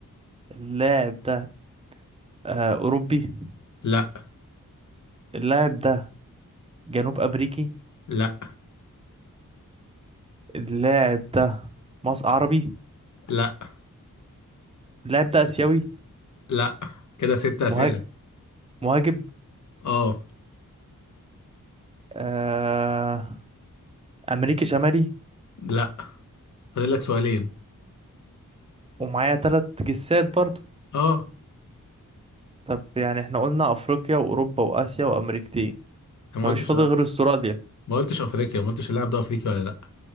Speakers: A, on the right (about 20°); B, on the left (about 60°).
A: اللاعب ده آه اوروبي
B: لا
A: اللاعب ده جنوب امريكي
B: لا
A: اللاعب ده مصر عربي
B: لا
A: اللاعب ده اسيوي
B: لا كده ست أسئلة
A: مهاج- مهاجم
B: اه
A: آه امريكي شمالي
B: لا فاضل لك سؤالين
A: ومعايا تلات جسات برضه
B: اه
A: طب يعني احنا قلنا افريقيا واوروبا واسيا وامريكتين
B: انا
A: فمش
B: ما قلتش
A: فاضل غير استراليا
B: ما قلتش افريقيا ما قلتش اللاعب ده افريقي ولا لا